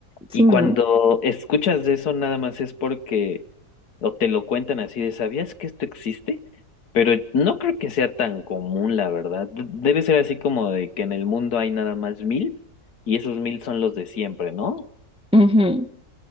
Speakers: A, in the centre; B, on the left.
A: Sí,
B: Y
A: ¿no?
B: cuando escuchas de eso, nada más es porque o te lo cuentan así de, ¿sabías que esto existe? Pero no creo que sea tan común, la verdad. D- Debe ser así como de que en el mundo hay nada más mil y esos mil son los de siempre, ¿no? <laughs>
A: Ujú.